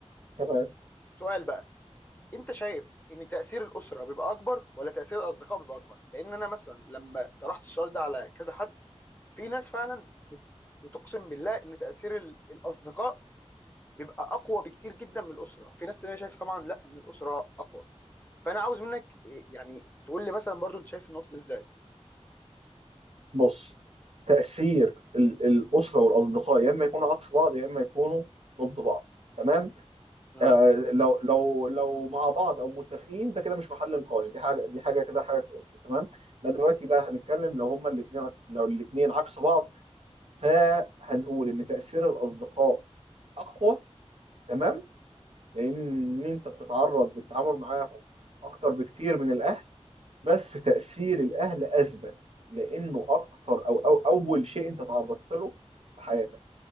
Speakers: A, on the right; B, on the left.
A: تمام.
B: سؤال بقى انت شايف ان تاثير الاسره بيبقى اكبر ولا تاثير الاصدقاء بيبقى اكبر لان انا مثلا لما طرحت السؤال ده على كذا حد في ناس فعلا بت... بتقسم بالله ان تاثير ال- الاصدقاء بيبقى اقوى بكتير جدا من الاسره وفي ناس تانية شايفه طبعا لا ان الاسره اقوى فانا عاوز منك إيه، يعني تقول لي مثلا برضو انت شايف النقطه دي ازاي
A: بص تأثير ال- الأسرة والأصدقاء يا إما يكونوا عكس بعض يا إما يكونوا ضد بعض تمام
B: امم
A: آه لو لو لو مع بعض أو متفقين ده كده مش محل نقاش دي حاجة دي حاجة كده حاجة كويسة تمام إحنا دلوقتي بقى هنتكلم لو هما الاتنين لو الاتنين عكس بعض فهنقول ان تأثير الاصدقاء اقوى تمام لان انت بتتعرض للتعامل معاهم اكتر بكتير من الاهل بس تأثير الاهل اثبت لانه اكتر او, أو اول شيء انت تعرضت له في حياتك